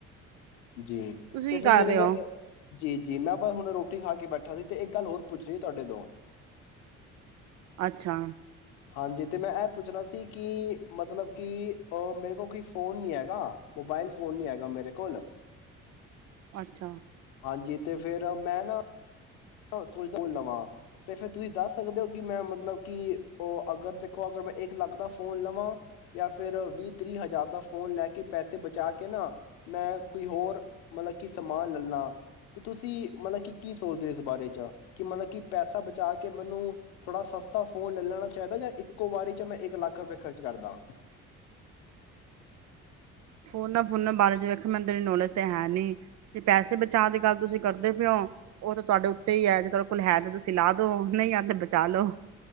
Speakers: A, on the left; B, on the right.
A: ਜੀ
B: ਤੁਸੀਂ
A: ਤੇ ਫਿਰ
B: ਕੀ ਕਰ
A: ਮੈਨੇ
B: ਰਹੇ
A: ਕਿਹਾ,
B: ਹੋ
A: ਜੀ- ਜੀ ਮੈਂ ਤੁਹਾਨੂੰ ਹੁਣ ਰੋਟੀ ਖਾ ਕੇ ਕੇ ਬੈਠਾ ਸੀ ਤੇ ਇਕ ਗੱਲ ਹੋਰ ਪੁੱਛਣੀ ਤੁਹਾਡੇ ਤੋਂ
B: ਅੱਛਾ
A: ਹਾਂਜੀ ਤੇ ਮੈਂ ਇਹ ਪੁੱਛਣਾ ਸੀ, ਕਿ ਮਤਲਬ ਕਿ ਅ ਮੇਰੇ ਕੋਲ ਕੋਈ ਫੋਨ ਨਹੀਂ ਹੈਗਾ, ਮੋਬਾਇਲ ਫੋਨ ਨਹੀਂ ਹੈਗਾ ਮੇਰੇ ਕੋਲ।
B: ਅੱਛਾ
A: ਹਾਂਜੀ ਤੇ ਫੇਰ ਮੈਂ ਨਾ ਸੋਚਦਾ ਫੋਨ ਲਵਾਂ, ਤੇ ਫਿਰ ਤੁਸੀਂ ਦੱਸ ਸਕਦੇ ਹੋ? ਕਿ ਮੈਂ ਮਤਲਬ ਕਿ ਉਹ ਅਗਰ ਦੇਖੋ ਅਗਰ ਮੈਂ ਇੱਕ ਲੱਖ ਦਾ ਫੋਨ ਲਵਾਂ, ਜਾਂ ਫਿਰ ਵੀਹ- ਤੀਹ ਹਜ਼ਾਰ ਦਾ ਫੋਨ ਲੈ ਕੇ ਪੈਸੇ ਬਚਾ ਕੇ ਨਾ ਮੈਂ ਕੋਈ ਹੋਰ ਮਤਲਬ ਕਿ ਸਮਾਨ ਲੈ ਲਾਂ ਤੇ ਤੁਸੀਂ ਮਤਲਬ ਕਿ ਕੀ ਸੋਚਦੇ? ਬਾਰੇ ਚ ਕਿ ਮਤਲਬ ਕਿ ਪੈਸਾ ਬਚਾ ਕੇ ਮੈਨੂੰ ਥੋੜ੍ਹਾ ਸਸਤਾ ਫੋਨ ਲੈ ਲੈਣਾ ਚਾਹੀਦਾ ਜਾਂ ਇੱਕੋ ਵਾਰੀ ਚ ਮੈਂ ਇੱਕ ਲੱਖ ਰੁਪਏ ਖਰਚ ਕਰਦਾ
B: ਫੋਨਾਂ -ਫੋਨਾਂ ਬਾਰੇ ਚ ਤਾਂ ਵੇਖੋ ਮੈਂਨੂੰ ਇਨੀਂ ਨੌਲੇਜ ਹੈ ਨੀ ਜੇ ਪੈਸੇ ਬਚਾਅ ਦੀ ਗੱਲ ਤੁਸੀਂ ਕਰਦੇ ਪਏ ਹੋ, ਉਹ ਤਾਂ ਤੁਹਾਡੇ ਉੱਤੇ ਹੀ ਹੈ ਜੇ ਤੁਹਾਡੇ ਕੋਲ ਹੈ ਤਾਂ ਤੁਸੀਂ ਲਾ ਦੋ ਨਹੀਂ ਆ ਤੇ ਬਚਾ ਲੋੋ